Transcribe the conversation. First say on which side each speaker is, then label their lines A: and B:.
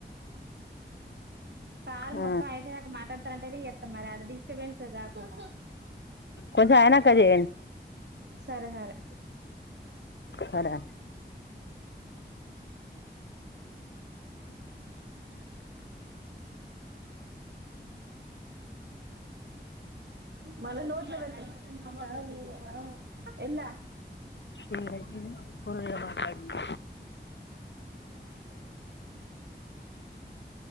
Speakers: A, on the right; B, on the left.
A: కాల్
B: ఆ
A: మొత్తం అయిపోయిదాక మాట్లాడతాదాంటేనే ఎత్తా మరి ఆడ డిస్టర్బెన్స్ కాకుండా
B: కొంచెం అయనాక జేయిన్
A: సరే సరే
B: సరే
A: మళ్ళ నో ట్లో పెడితే మాము ఆడ చూడలే ఆ ఎలా
B: ఇ పరుళ మాట్డి